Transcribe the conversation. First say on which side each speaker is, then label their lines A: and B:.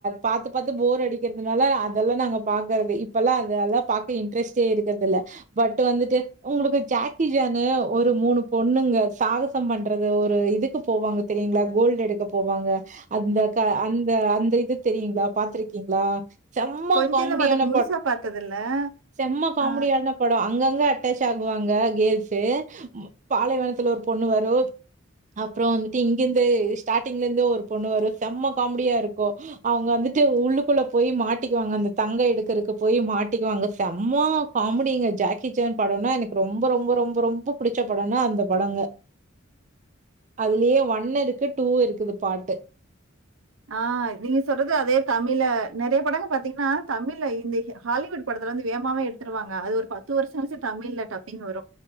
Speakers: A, on the right; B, on the right.
A: பாத்து பாத்து போர் அடிக்கிறதுனால அதெல்லா நாங்க பாக்கறது இப்பல்லா அது அதல்லா பாக்க இன்ட்ரெஸ்ட்டே இருக்கதல்ல பட் வந்துட்டு உங்களுக்கு ஜாக்கி ஜானு ஒரு மூணு பொண்ணுங்க சாகசோ பண்றது ஒரு இதுக்கு போவாங்க தெரியங்களா கோல்டு எடுக்க போவாங்க அந்த க அந்த அந்த இது தெரியுங்ளா பாத்துருக்கீங்ளா செம்மா
B: கொஞ்சம்
A: காமெடியான
B: நம்ம அதுக்கு முழுசா பார்த்ததில்ல.
A: செம்ம காமெடி
B: ஆ
A: ஆன படோ அங்க அட்டாச் ஆகுவாங்க கேள்ஸு பாலைவனத்ல ஒரு பொண்ணு வரு அப்றோ வந்துட்டு இங்கிருந்து ஸ்டாட்டிங்ல இருந்து ஒரு பொண்ணு வரு செம்ம காமெடியா இருக்கு அவுங்க வந்துட்டு உள்ளுக்குள்ள போய் மாட்டிக்குவாங்க அந்த தங்க எடு இருக்கு போய் மாட்டிக்குவாங்க செம்மா காமெடிங்க ஜாக்கி சான் படம்னா எனக்கு ரொம்ப ரொம்ப ரொம்ப ரொம்ப புடிச்ச படம்னா அந்த படங்க அதுலயே ஒன்னு இருக்கு டூவு இருக்குது பாட்டு
B: ஆ நீங்க சொல்றது அதே தமிழ்ல நெறய படங்கள் பாத்தீங்கனா தமிழ்ல இந்த ஹாலிவுட் படத்துல வந்து வேமாவே எடுத்துருவாங்க அது ஒரு பத்து வருஷ கழுச்சு தமிழ்ல டப்பிங் வரு